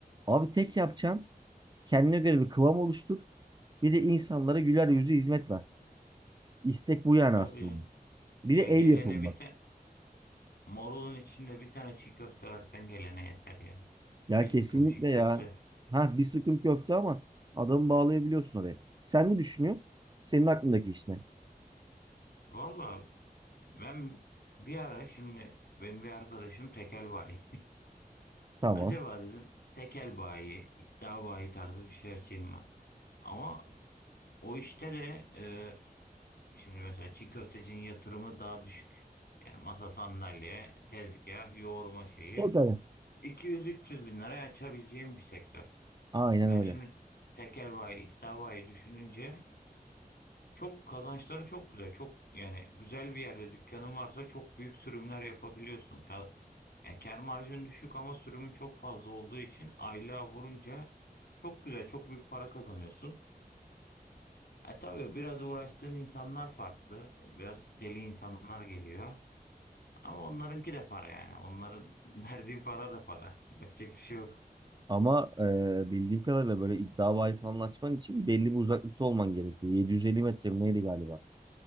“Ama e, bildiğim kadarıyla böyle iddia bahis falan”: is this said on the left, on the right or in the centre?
Right